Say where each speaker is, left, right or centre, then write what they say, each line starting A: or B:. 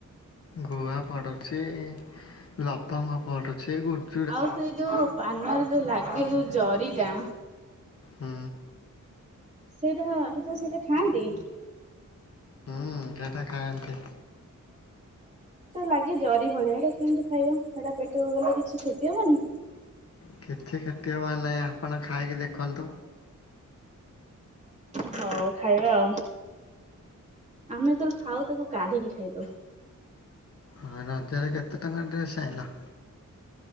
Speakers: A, on the left; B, on the right.
A: ଗୁଆ ପଡ଼ୁଛି, ଲବଙ୍ଗ ପଡ଼ୁଛି, ଗୁଟ
B: ଆଉ ସେଇ ଯୋଉ ପାନରେ ଯୋଉ ଲାଗେ ଯୋଉ ଜରିଟା
A: ହୁଁ।
B: ସେଇଟା ସେଇଟା ସେଇଟା ଖାଆନ୍ତି?
A: ହୁଁ ସେଟା ଖାଆନ୍ତି।
B: ସେ ଲାଗେ ଜରି ଭଳିଆ, ସେଟା କେମିତି ଖାଇବ, ସେଟା ପେଟକୁ ଗଲେ କିଛି କ୍ଷତି ହବନି?
A: କିଛି କ୍ଷତି ହେବାର ନାହିଁ, ଆପଣ ଖାଇକି ଦେଖନ୍ତୁ।
B: ହଉ ଖାଇବା ଆଉ, ଆମେ ଯେତେବେଳେ ଖାଉ ତାକୁ କାଢିକି ଖାଇଦଉ।
A: ଆଉ ରଜରେ କେତେ ଟଙ୍କା ଡ୍ରେସ ଆଇଁଲ?